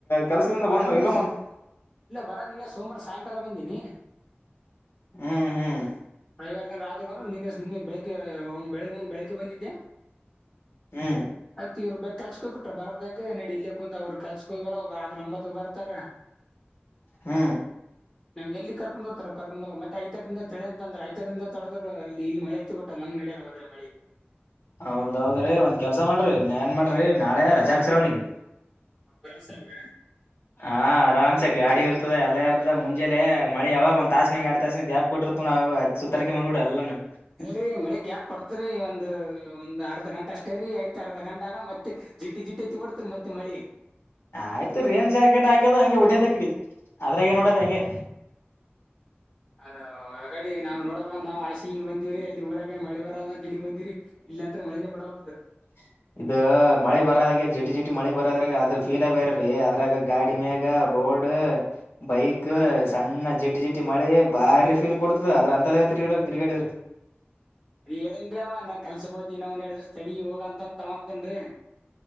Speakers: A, on the left; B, on the left.
A: ಕೆಲಸದಿಂದ
B: ಬರ
A: ಬಂದ
B: ನಿನ್ನೆ
A: ಇಲ್ಲ ಒಂದ್
B: ಇಲ್ಲ ಬರ ನಿನ್ನೆ ಸೋಮಾರ ಸಾಯಂಕಾಲ ಬಂದೀನಿ <unintelligible>
A: ಹ್ಮ್ ಹ್ಮ್
B: ರವಾರದಿನ ರಾಜ ನಿ ನಿನ್ನೆ ಬೆಳಿಗ್ಗೆ ಹುಂ ಬೆಳಿಗ್ಗೆ ಹುಂ ಬೆಳಿಗ್ಗೆ ಬಂದಿದ್ದೆ.
A: ಹು
B: ಆಯ್ತ ಇವರ ಬೆ ಕಲಸಕ್ಕಹೋಗಿಬಿಟ್ಟ್ರ ಬರ್ದಕ ನಡಿ ಇಲ್ಲೆ ಕುಂತಾವ ಅವರು ಕೆಲ್ಸ್ಕೋಗ್ಯಾರಾ ಅವರ ಆಯ್ ರೋಂಬತ್ತಕ್ ಬರ್ತಾರ.
A: ಹು
B: ನಂಗೆಲ್ಲಿ ಕರ್ಕೊಂಡ್ ಹೋಗತಾರ ಕರ್ಕೊಂಡ ಹೋಗ್ ಮತ್ತ ಐತಾರದಿಂದ ತಳಿ ಅಂತ ಅಂದ್ರ ಐತಾರದಿಂದ ತಡದರ ಇಲ್ಲಿ ಮಳೆ ಐತ್. ತ್ತಿಬಿಟ್ಟ ನಮ್ಮಎಡ್ಯಾಗ ಮಧುರ ಮಳಿ.
A: ಹೌದ ಹೌದ ರೀ ಒಂದು ಕೆಲಸ ಮಾಡಿರಿ ನಏನು ಮಾಡಿರಿ ನಾಳೆ ರಜಾ ಹಾಕ್ಷಸ್ರವನಿಗೆ.
B: ಅಬ್ಬ್ರನ್ ಸಂಘ.
A: ಹಾ ಆರಾಮ್ಸೆ ಗಾಡಿ ಇರ್ತದ ಎಲ್ಲ ಇರ್ತದ ಮುಂಜೆಲೆ ಮಳಿ ಯಾವಾಗ ಒಂದ ತಾಸನಾಗ ಎರಡ್ ತಾಸನಾಗ ಗ್ಯಾಪ್. ಕೊಟ್ಟಿರ್ತ ನೋಡ ಅವಾಗ ಸುತ್ತ ತಲಕ ಬಂದಬಿಡ ಎಲ್ಲಾನು.
B: ಇಲ್ಲಡ್ರಿ ಮಳಿ ಗ್ಯಾಪ್ ಕೊಡ್ತರಿ ಒಂದ್ ಒಂದ್ ಅರ್ಧ ಗಂಟೆ ಅಷ್ಟೇರಿ ಐತ ಅರ್ಧ ಗಂಟ ಆಗನ ಮತ್ತೆ. ಜಿಟಿ ಜಿಟಿ ಹತ್ತಿ ಬಿಡ್ತ ಮತ್ತ ಮಳಿ.
A: ಆಯ್ತು ರೇನ್ ಜಾಕೆಟ್ ಹಾಕದ ಹಂಗೆ ಹೊಡದ ಆಕಡಿ ಅದ್ರಾಗೇ ನೋಡದ ಹಂಗೆ.
B: ಹಲೋ ಆಗಲ್ಲಿ ನಾವು ನೋಡ್ಬೇಕಂದ ನಾವು ಆಸೆಯಿಂದ ಬಂದವ್ರರಿ ಅಲ್ಲಿ ಊರಾಗೆ ಮಳಿ ಬರೋದ. ಇಲ್ಲಿ ಬಂದಿವಿರಿ ಇಲ್ಲಿ ನಿಂತ್ರ ಮಳಿನ ಬಿಡವಲ್ದ.
A: ಹು ಇದು ಮಳಿ ಬರೋಹಾಗೆ ಜಿಟಿ ಜಿಟಿ ಮಳಿ ಬರದ್ರಾಗ ಅದರ ಫೀಲ್ ಬೇರೆರಿ ಅದ್ರಾಗ ಗಾಡಿಮ್ಯಾಗ ಅವರ. ರೋಡ. ಬೈಕ್
B: ಹಾ ರೀ ಅದ್
A: ಸಣ್ಣ ಜಿಟಿ ಜಿಟಿ ಮಳಿ ಬಾರಿ ಫೀಲ್ ಕೊಡ್ತದ ಆದ್ರಂತ ತಿರ್ಗಾಡ ತಿರ್ಗಾಡಿದ್ರ.
B: ರಿ ಹೇಳೇನ್ರೀ ಅವಾ ನಾ ಕೆಲಸಕ್ಕ ಹೋಗತೇ ಇನ್ನ ಒಂದ ಎರಡದಿಸ ತಡಿ ಹೋಗ ಅಂತ ತಾವಂತಾಂಡ್ರಿ.